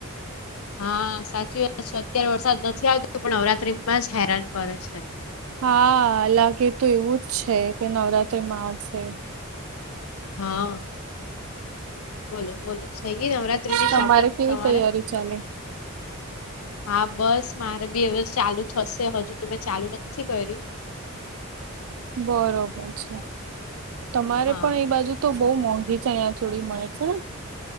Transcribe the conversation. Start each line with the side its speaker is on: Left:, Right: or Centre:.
Left: હા, સાચી વાત છે અત્યારે વરસાદ નથી આવતો પણ નવરાત્રીમાં જ હેરાન કરે છે.
Right: હા, લાગે તો એવું જ છે કે નવરાત્રી માં આવશે.
Left: હા. બોલો બોલો થઈ ગઈ નવરાત્રીની
Right: તમારે
Left: શોપિંગ
Right: કેવી
Left: તમારે?
Right: તૈયારી ચાલે
Left: હા, બસ મારે બી હવે ચાલુ થશે હજુ તો મેં ચાલુ નથી કર્યું.
Right: બરોબર છે. તમારે
Left: હા
Right: પણ એ બાજુ તો બહુ મોંઘી ચણિયા ચોડી મળે છે.